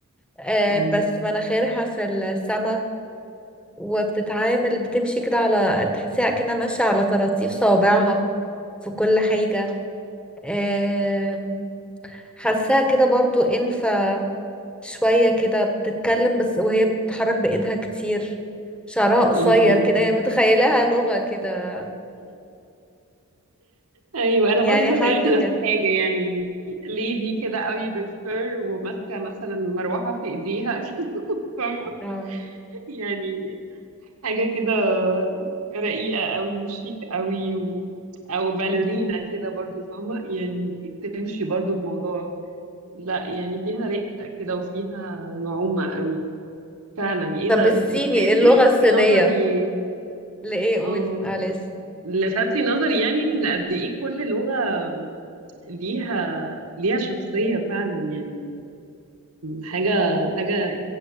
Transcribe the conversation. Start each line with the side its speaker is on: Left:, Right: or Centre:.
Centre: آه،
Right: آه.
Centre: بس مناخيرها في السما وبتتعامل بتمشي كده على تحسيها كده ماشية على طراطيف صوابعها في كل حاجة آم، حاساها كده برضو انفة شوية كده بتتكلم بس وهي بتتحرك بإيدها كتير شعرها قصير
Right: آه.
Centre: كده
Right: <laughs>
Centre: يعني متخيلها لغة كده
Right: ايوه انا
Centre: يعني
Right: برضو تخيلت
Centre: حد
Right: نفس
Centre: كده
Right: الحاجه يعني ليدي كده قوي بالفر وماسكه مثلا مروحه في ايديها <laughs> كده فاهمة؟
Centre: آه.
Right: يعني حاجه كده رقيقه قوي وشيك قوي و... او باليرينا كده برضو فاهمه يعني تمشي برضو الموضوع لا يعني فيها رقه كده وفيها نعومه قوي فعلا ايه
Centre: طب
Right: ده
Centre: الصيني
Right: دي تخيلي
Centre: اللغة
Right: انتي لفتي
Centre: الصينية
Right: نظري
Centre: لإيه
Right: اه
Centre: قولي معلش
Right: بس لفتي نظري يعني ان قد ايه كل لغه ليها ليها شخصية فعلا يعني حاجة حاجة